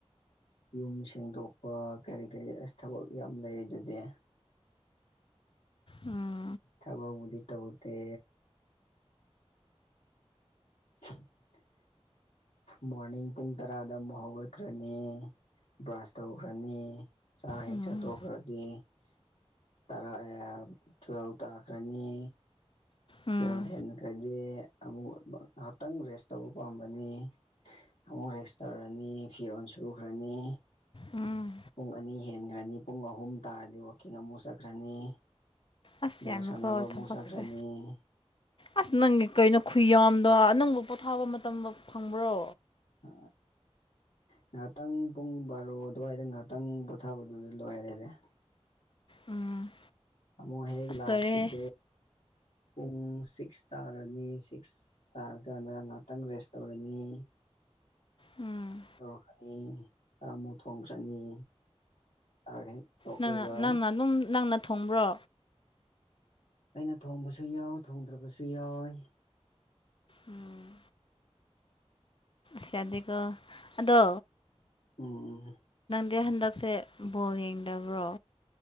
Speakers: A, on the left; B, on the left.
A: ꯌꯨꯝ ꯁꯦꯡꯗꯣꯛꯄ ꯀꯔꯤ ꯀꯔꯤ ꯊꯕꯛ ꯌꯥꯝ ꯂꯩꯔꯤ ꯑꯗꯨꯗꯤ
B: ꯎꯝ
A: ꯊꯕꯛꯕꯨꯗꯤ ꯇꯧꯗꯦ <inaudible> ꯃꯣꯔꯅꯤꯡ ꯄꯨꯡ ꯇꯔꯥꯗ ꯑꯃꯨꯛ ꯍꯧꯒꯠꯈ꯭ꯔꯅꯤ ꯕ꯭ꯔꯥꯁ ꯇꯧꯈ꯭ꯔꯅꯤ ꯆ ꯍꯦꯛ
B: ꯎꯝ
A: ꯆ ꯇꯣꯈꯔ ꯗꯤꯔ ꯇꯨꯋꯦꯜꯕ ꯇꯥꯈ꯭ꯔꯅꯤ
B: ꯎꯝ
A: ꯇꯨꯋꯦꯜ ꯍꯦꯟꯈ꯭ꯔꯗꯤ ꯑꯃꯨꯛ ꯉꯥꯏꯍꯥꯛꯇꯪ ꯔꯦꯁ ꯇꯧꯕ ꯄꯥꯝꯕꯅꯤ ꯑꯃꯨꯛ ꯔꯦꯁ ꯇꯧꯔꯅꯤ ꯐꯤꯔꯣꯜ ꯁꯨꯈ꯭ꯔꯅꯤ
B: ꯎꯝ
A: ꯄꯨꯡ ꯑꯅꯤ ꯍꯦꯟꯈ꯭ꯔꯅꯤ ꯄꯨꯡ ꯑꯍꯨꯝ ꯇꯥꯔꯗꯤ ꯋꯥꯛꯀꯤꯡ ꯑꯃꯨꯛ ꯆꯠꯈ꯭ꯔꯅꯤ
B: ꯑ
A: ꯕꯣꯜ
B: ꯑꯃꯀꯘ
A: ꯁꯥꯟꯅꯕ ꯑꯃꯨꯛ
B: ꯊꯕꯛꯁꯦ
A: ꯆꯠꯈ꯭ꯔꯅꯤ
B: ꯑꯁ ꯅꯪꯒꯤ ꯀꯩꯅꯣ ꯈꯨ ꯌꯥꯝꯗꯣ ꯅꯪꯕꯨ ꯄꯣꯊꯥꯕ ꯃꯇꯝ ꯐꯪꯕ꯭ꯔꯣ
A: ꯑ ꯉꯥꯏꯍꯥꯛꯇꯪ ꯄꯨꯡ ꯕꯥꯔꯣ ꯑꯗꯨꯋꯥꯏꯗ ꯉꯥꯏꯥꯛꯇꯪ ꯄꯣꯊꯥꯕꯗꯨꯗꯤ ꯂꯣꯏꯔꯦꯅꯦ
B: ꯎꯝ
A: ꯑꯃꯨꯛ ꯍꯦꯛ
B: ꯑꯁ
A: ꯂꯥꯛꯄꯗ
B: ꯂꯣꯏꯔꯦꯍꯦ
A: ꯄꯨꯡ ꯁꯤꯛꯁ ꯇꯥꯔꯅꯤ ꯁꯤꯛꯁ ꯇꯥꯔꯀꯥꯟꯗ ꯉꯥꯏꯍꯥꯛꯇꯪ ꯔꯦꯁ ꯇꯧꯔꯅꯤ
B: ꯎꯝ
A: ꯇꯧꯔꯛꯀꯅꯤ ꯆꯥꯛ ꯑꯃꯨꯛ ꯊꯣꯡ ꯆꯅꯤ ꯆ ꯍꯦꯛ ꯇꯣꯛꯑꯒ
B: ꯅꯪꯅ ꯅꯪꯅ ꯑꯗꯨꯝ ꯅꯪꯅ ꯊꯣꯡꯕ꯭ꯔꯣ
A: ꯑꯩꯅ ꯊꯣꯡꯕꯁꯨ ꯌꯥꯎ ꯊꯣꯡꯗ꯭ꯔꯕꯁꯨ ꯌꯥꯎꯋ
B: ꯎꯝ ꯁ ꯑꯗꯀꯣ ꯑꯗꯣ
A: ꯎꯝ
B: ꯑꯩ ꯍꯟꯗꯛꯁꯦ ꯕꯣꯜ ꯌꯦꯡꯗꯕ꯭ꯔꯣ